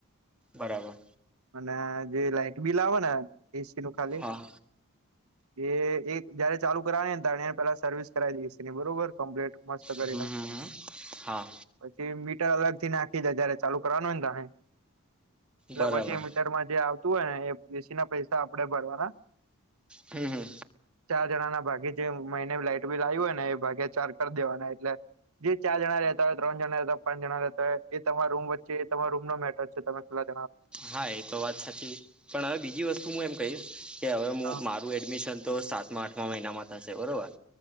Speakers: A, in the centre; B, on the right.
A: બરાબર.
B: અને જે લાાઈટ બિલ આવ ને એ સી નું ખાલી
A: હા
B: એ એક જયારે ચાલુ કરાની હોય ત્યારે પેલા સ સર્વિસ કરાય દઈ એ સે ને બરોબર કમ્પલેટ મસ્ત કરીને
A: હમ હમ હમ હા
B: પછી મી ટર અલગથી નાખી દે જયારે ચાલુ કરવાનું હોય ને તારે એટલે
A: બરાબર
B: પછી મીટરમાં જે આવ તું હોય ને એ એ સી ના પૈસા આપણેે ભરવાના
A: હમ હમ
B: ચાર જણાના ભાગે જે મહિને લાાઈટ બિલ આયુ હોય ને એ ભાગે ચાર કરી દેવાના એટલે જે ચાર જણા રહેતા હોય, ત્રણ જણા રહેતા હોય, પાંચ જણા રહેતા હોય એ તમારા રૂમ વચ્ચે એ તમારા રૂમનો મેટર છે તમે ખ
A: હા, એ તો વાત સાચી, પણ અવે બીજી વસ્તુ હું એમ કહીશ કે હવે મું
B: હા
A: મારું એડમિશન તો સાતમા આઠમા મહિનામાં થશે બરોબર